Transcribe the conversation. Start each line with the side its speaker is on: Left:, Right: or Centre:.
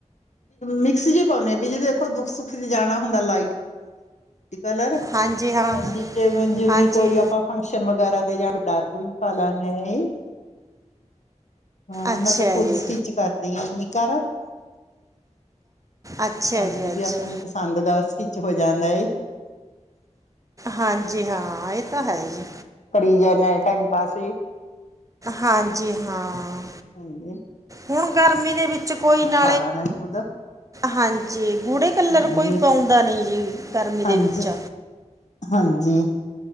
Left: ਮਿਕਸ ਜਿਹੇ ਪਾਉਂਨੇ ਆ। ਵੀ ਦੇਖੋ ਦੁੱਖ -ਸੁੱਖ ਚ ਜਾਣਾ ਹੁੰਦਾ ਲਾਈਟ ਕੱਲਰ
Right: ਹਾਂਜੀ ਹਾਂ
Left: ਹਾਂਜੀ
Right: ਹਾਂਜੀ
Left: ਵੀ ਕੋਈ ਆਪਾਂ ਫੰਕਸ਼ਨ ਵਗੈਰਾ ਤੇ। ਜਾਂ ਡਾਰਕ ਵੀ ਪਾ ਲੈਂਦੇ ਆ ਹਾਂ।
Right: ਅੱਛਾ
Left: ਮੈਂ ਤਾਂ ਖੁੱਦ
Right: ਜੀ
Left: ਸਟਿਚ ਕਰਦੀ ਆ ਘਰ
Right: ਅੱਛਾ
Left: ਹਾਂਜੀ,
Right: ਜੀ ਅੱਛਾ
Left: ਆਪਣੀ ਪਸੰਦ ਦਾ ਸਟਿਚ ਹੋ ਜਾਂਦਾ ਐ।
Right: ਹਾਂਜੀ, ਹਾਂ ਇਹ ਤਾਂ ਹੈ ਜੀ।
Left: ਕਰੀ ਜਾਨੇ ਆ ਟਾਈਮ ਪਾਸ ਸੀ।
Right: ਹਾਂਜੀ। ਹਾਂ
Left: ਹਾਂਜੀ
Right: ਹੁਣ ਗਰਮੀ ਦੇ ਵਿੱਚ ਕੋਈ ਨਾ
Left: ਪਾਲਾ ਨੇ ਖੁਦ
Right: ਹਾਂਜੀ, ਗੂੜੇ ਕਲਰ
Left: ਹਾਂਜੀ
Right: ਕੋਈ ਪਾਉਂਦਾ ਨਹੀਂ ਜੀ, ਗਰਮੀ ਦੇ
Left: ਹਾਂਜੀ
Right: ਵਿੱਚ।
Left: ਹਾਂਜੀ।